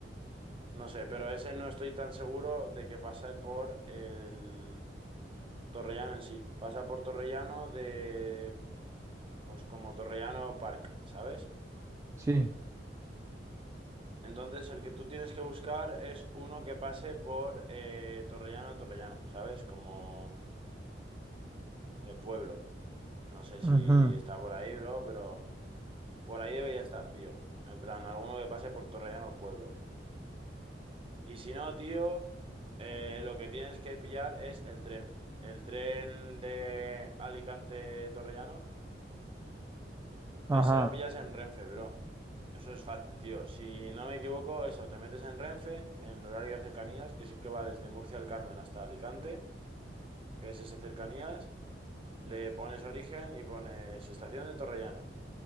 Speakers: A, on the right (about 30°); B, on the right (about 15°).
A: no sé, pero ese no estoy tan seguro de que pase por el Torrellano en sí. Pasa por Torrellano de, pues como Torrellano Park, ¿sabes?
B: sí.
A: Entonces, el que tú tienes que buscar es uno que pase por eh, Torrellano, Torrellano, ¿sabes? Como eh, pueblo. No sé si
B: Ujú.
A: está por ahí, bro, pero por ahí debería estar, tío. En plan, alguno que pase por Torrellano, pueblo. Y si no, tío, eh, lo que tienes que pillar es el tren. El tren de Alicante-Torrellano
B: Ajá.
A: Ese lo pillas en Renfe, bro. Eso es fácil, tío. Si no me equivoco, eso, te metes en Renfe, en el horario de cercanías, que sí que va desde Murcia al Carmen hasta Alicante, que es ese cercanías, le pones origen y pones estación de Torrellano.